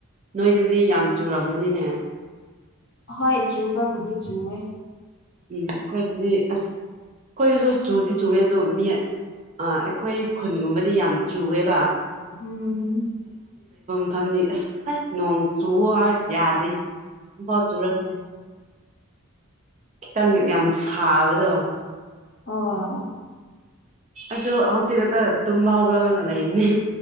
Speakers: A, on the right; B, on the left.
A: ꯅꯣꯏꯗꯗꯤ ꯌꯥꯝ ꯆꯨꯔꯝꯒꯅꯤꯅꯦ
B: ꯍꯣꯏ ꯨꯕꯕꯨꯤ ꯨꯋ
A: ꯎꯝ ꯑꯩꯈꯣꯏꯗꯗꯤ ꯑꯁ ꯑꯩꯈꯣꯏꯗꯁꯨ ꯆꯨꯗꯤ ꯆꯨꯉꯦ ꯑꯗꯣ ꯃꯤ ꯑꯩꯈꯣꯏ ꯈꯨꯟꯒꯨꯝꯕꯗꯤ ꯌꯥꯝ ꯆꯨꯑꯦꯕ
B: ꯎꯝ
A: ꯐ ꯑꯁ ꯑꯁ ꯅꯣꯡ ꯆꯨꯣ ꯍꯥꯏ ꯌꯥꯗꯦ ꯣ ꯆꯨꯔꯛꯇꯦ ꯈꯤꯇꯪ ꯌꯥꯝ ꯁꯥꯕꯗꯣ
B: ꯑꯣ
A: ꯑꯁꯣ ꯍꯧꯁꯤꯒꯇꯥ ꯇꯨꯝꯕ ꯍꯧꯒꯂꯅꯂ ꯏꯅꯤ